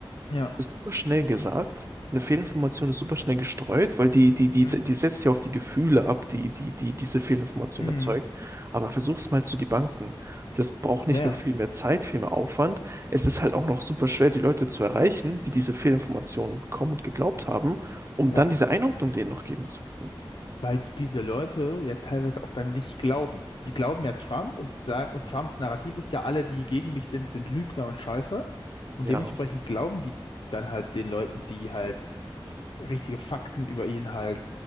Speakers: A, on the left; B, on the right.
A: Ja.
B: Das ist super schnell gesagt. Eine Fehlinformation ist super schnell gestreut, weil die, die, die,
A: Mhm.
B: die setzt ja auf die Gefühle ab, die, die, die diese Fehlinformation
A: Mhm.
B: erzeugt. Aber versuch's mal zu debunken. Das braucht nicht
A: Ja, ja.
B: nur viel mehr Zeit, viel mehr Aufwand. Es ist halt auch noch super schwer, die Leute zu erreichen, die diese Fehlinformationen bekommen und geglaubt haben, um
A: Ja.
B: dann diese Einordnung denen noch geben zu können.
A: weil diese Leute ja teilweise auch dann nicht glauben. Die glauben ja Trump und sagen, und Trumps Narrativ ist ja, alle, die gegen mich sind, sind Lügner und Scheiße. Und
B: Ja,
A: dementsprechend glauben die dann halt den Leuten, die halt f- richtige Fakten über ihn halt